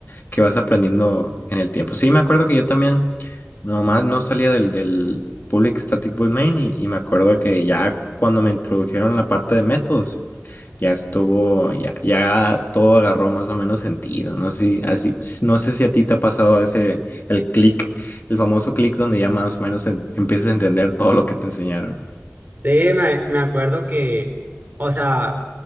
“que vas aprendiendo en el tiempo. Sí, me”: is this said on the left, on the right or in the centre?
Left